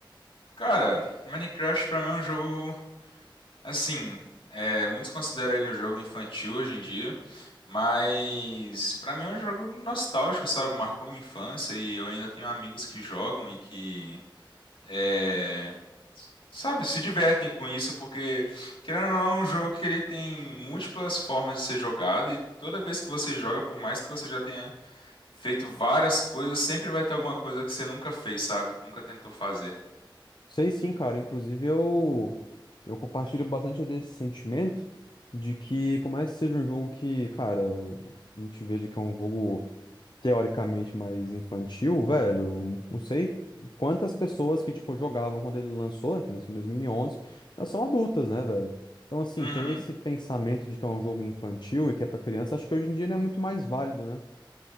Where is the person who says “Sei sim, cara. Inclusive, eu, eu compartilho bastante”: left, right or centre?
Left